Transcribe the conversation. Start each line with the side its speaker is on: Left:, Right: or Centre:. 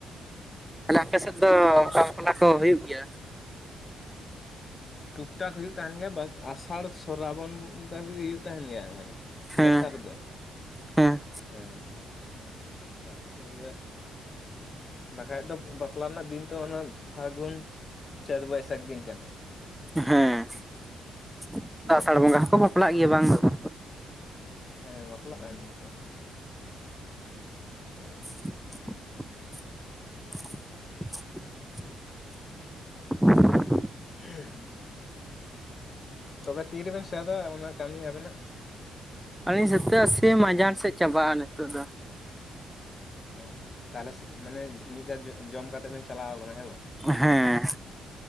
Centre: ᱛᱟᱦᱚᱞᱮ ᱟᱯᱮ ᱥᱮᱫ ᱫᱚ
Left: ᱦᱩᱸ᱾
Centre: ᱚᱱᱠᱟ ᱵᱟᱯᱞᱟ ᱠᱚ ᱦᱩᱭᱩᱜ ᱜᱮᱭᱟ᱾
Left: ᱴᱩᱠ ᱴᱟᱠ ᱦᱩᱭᱩᱜ ᱛᱟᱦᱮᱱ ᱜᱮᱭᱟ ᱵᱟᱹᱠ ᱟᱥᱟᱲ ᱥᱚᱨᱟᱵᱚᱱ ᱫᱷᱟᱹᱵᱤᱡ ᱦᱩᱭᱩᱜ ᱛᱟᱦᱮᱱ ᱜᱮᱭᱟ ᱢᱟᱱᱮ
Centre: ᱦᱮᱸ
Left: ᱱᱮᱛᱟᱨ ᱫᱚ᱾
Centre: ᱦᱮᱸ
Left: ᱦᱮᱸ ᱟᱨ ᱯᱚᱨᱮ <inaudible> ᱵᱟᱠᱷᱟᱡ ᱫᱚ ᱵᱟᱯᱞᱟ ᱨᱮᱱᱟᱜ ᱫᱤᱱ ᱛᱚ ᱚᱱᱟ ᱯᱷᱟᱹᱜᱩᱱ, ᱪᱟᱹᱛ ᱵᱟᱹᱭᱥᱟᱹᱠᱷ ᱫᱤᱱ ᱠᱟᱱᱟ
Centre: ᱦᱮᱸ
Left: ᱦᱩᱸ
Centre: ᱟᱥᱟᱲ ᱵᱚᱸᱜᱟ ᱦᱚᱸᱠᱚ ᱵᱟᱯᱞᱟᱜ ᱜᱮᱭᱟ ᱵᱟᱝ ᱫᱚ ᱵᱟᱝ᱾
Left: ᱦᱮᱸ ᱵᱟᱯᱞᱟᱜ ᱛᱟᱦᱮᱱ ᱜᱮᱭᱟ ᱠᱚ᱾ ᱦᱮᱸ,
Centre: <inaudible> <inaudible>
Left: ᱦᱮᱸ ᱛᱚᱵᱮ ᱛᱤᱨᱮᱵᱮᱱ ᱥᱮᱫᱟ ᱚᱱᱟ ᱠᱟᱢᱤ ᱟᱵᱮᱱᱟᱜ᱾
Centre: ᱟᱹᱞᱤᱧ ᱥᱮᱛᱟᱜ ᱥᱮ ᱢᱟᱡᱟᱱ ᱥᱮᱫᱽ ᱪᱟᱵᱟᱜᱼᱟ ᱱᱤᱛᱚᱜ ᱫᱚ᱾
Left: ᱚ ᱛᱟᱦᱚᱞᱮᱥ ᱢᱟᱱᱮ ᱢᱤᱫ ᱫᱷᱟᱣ ᱡᱚ ᱡᱚᱢ ᱠᱟᱛ ᱠᱟᱛᱮ ᱵᱮᱱ ᱪᱟᱞᱟᱣ ᱠᱟᱱᱟ ᱦᱮᱸ ᱵᱟᱝ᱾
Centre: ᱦᱮᱸ